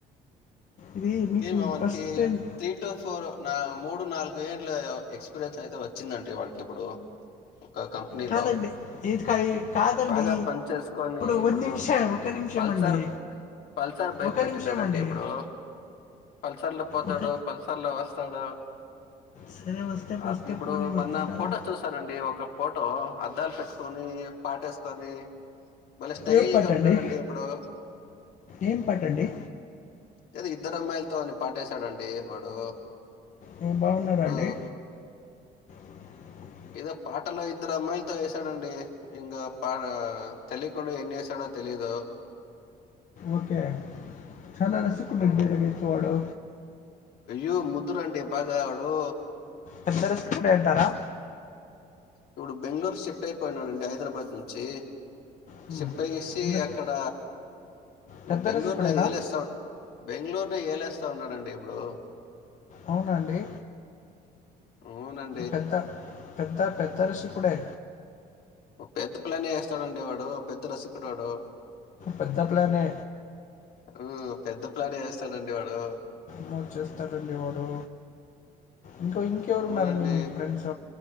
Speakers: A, on the left; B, on the left.
A: ఇది మీకు
B: ఏమో వానికి
A: first praise
B: three to four నా మూడు నాలుగు ఏండ్ల ఎక్స్పీరియన్స్ అయితే వచ్చిందండి వాడికిప్పుడు ఓకే అక్క నీలో
A: కాదండి ఇది కా- కాదండి
B: బాగా పని చేసుకొని
A: ఒక
B: ఇప్పుడు
A: నిమిషం ఒక నిమిషం
B: పల్సర్
A: అండి
B: పల్సర్ బైక్
A: ఒక
B: పెట్టినాడండి
A: నిమిషం అండి
B: ఇప్పుడు పల్సర్ లో పోతాడు
A: ఒక
B: పల్సర్ లో వస్తాడు
A: సరే వస్తే
B: ఆ
A: వస్తే
B: దీ ఇప్పుడు
A: పోనీ వస్తే
B: మన
A: రాని
B: ఫోటోస్ చూస్త వస్తుందండి ఒక ఫోటో అద్దాలు పెట్టుకొని పాటేసుకొని భలే స్టైల్
A: ఏం పాట
B: గా ఉన్నాడండి
A: అండి
B: ఆప్పుడో
A: ఏం పాట అండి
B: ఆ ఎదో ఇద్దరు అమ్మాయిలతోని పాటేశాడండి వాడు
A: ఓ, బాగున్నారా
B: ఇప్పుడు
A: అండి <unintelligible>
B: ఏదో పాటలో ఇద్దరు అమ్మాయిలతో వేసాడండి ఇంగా పార్ తెలియకుండా ఎన్ని వేశాడో తెలియదు
A: ఓకే చాలా రసికుడు
B: హ్మ్.
A: అండి అయితే వాడు
B: అయ్యో ముద్దురు అండి బాగావాడు
A: పెద్ద రసకుడే అంటారా
B: ఇప్పుడు బెంగళూరు షిఫ్ట్ అయిపోయినాడుండి హైదరాబాద్ నుంచి
A: హ్మ్.
B: షిఫ్ట్ అయసి
A: ఈయన
B: అక్కడ
A: పెద్ద
B: ఇడ బెంగళూరు
A: రసికుడేనా?
B: పోయి ఏళస్తా బెంగళూరు పోయి ఏలేస్తా ఉన్నాడండి ఇప్పుడు
A: అవునండి
B: అవునండి
A: పెద్ద పెద్ద పెద్ద రషి కూడె
B: పెద్ద ప్లనే వేస్తాడుండి వాడు పెద్ద రసికుడు వాడు
A: పెద్ద ప్లానే.
B: ఆ పెద్ద ప్లానే వెస్తాడుండి వాడు
A: మో చేస్తారండి వాడు ఇంకో ఇంకెవరు
B: అవునండి.
A: ఉన్నారండి మీకు ఫ్రెండ్స్